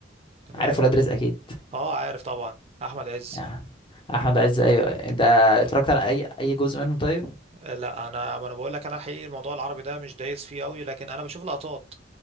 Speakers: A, on the right; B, on the left.
A: تمام
B: عارف ولاد رزق اكيد
A: اه عارف طبعا احمد عز
B: يعني احمد عز ايوه انت اتفرجت على اي اي جزء منه طيب
A: لا انا ما انا بقول لك انا الحقيقي الموضوع العربي ده مش دايس فيه قوي لكن انا بشوف لقطات